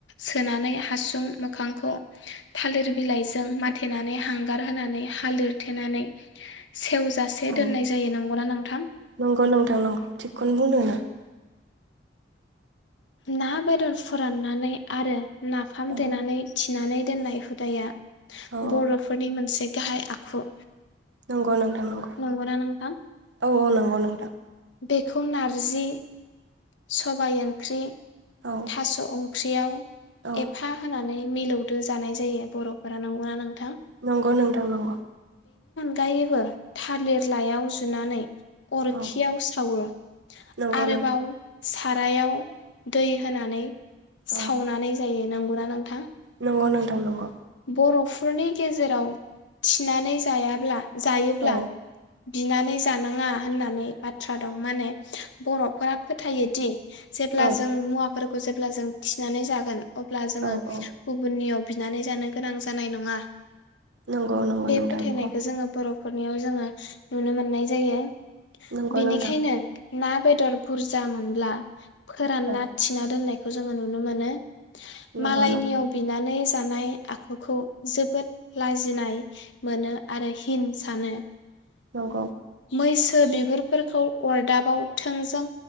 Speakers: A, on the left (about 80°); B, on the right (about 80°).
A: सोनानै हासुं मोखांखौ थालिर बिलाइ जों माथेनानै हांगार होनानै हालिरथेनानै सेवजासे
B: औ
A: दोननाय जायो नंगौना नों थां
B: नंगौ नोंथां नंगौ थिग खौनो बुंदों नों
A: ना बेदर फोराननानै आरो नाफाम
B: औ
A: देनानै थि थिनानै दोननाय हुदाया
B: औ
A: बर'फोरनि मोनसे गाहाय आखु
B: नंगौ नंथां नंगौ
A: नंगौना नोंथां?
B: औ औ नंगौ नोंथां
A: बेखौ नारजि सबाय ओंख्रि
B: औ
A: थास' अ फुख्रियाव
B: औ
A: एफा होनानै मिलौदो जानाय जायो बर'फोरा नंगौना नों
B: नंगौ नोंथां नंगौ
A: गायोबो थालिर लायाव जुनानै अरखियाव
B: औ
A: सावो
B: नंगौ
A: आरोबाव
B: नोंथां
A: सारायाव दै होनानै सावनानै
B: औ
A: जायो नांगौ गना नोंथां
B: नंगौ नोंथां नंगौ
A: बर'फोरनि गेजेराव थिनानै जायाब्ला जायोब्ला
B: औ
A: बिनानै जानाङा होननानै बाथ्रा दं माने बरफ रा फोथायो दि जेब्ला
B: औ
A: जों मुवाखौ फोरखौ जेब्ला जों थिनानै जागोन अब्ला जोङो
B: औ औ
A: गुबुननियाव बिनानै जानांगोन गोनां जानाय नङा
B: नंगौ नंगौ
A: बे
B: नोंथां
A: फोथायनायखौ
B: नंगौ
A: जोङो बर' नखरनियाव जोङो नुनो मोननाय जायो
B: नंगौ
A: बेनिखायनो
B: नोंथां
A: ना बेदर बुरजा मोनब्ला फोरानना
B: औ
A: थिना दोननायखौ बेखौ जोङो नुनो मोनो।
B: नंगौ
A: मालायनियाव
B: नंगौ
A: बिनानै जानाय आखुखौ जोबोद लाजिनाय मोनो आरो हिन सानो
B: नंगौ।
A: मैसो बिगुरफोरखौ अरदाबाव थोंजों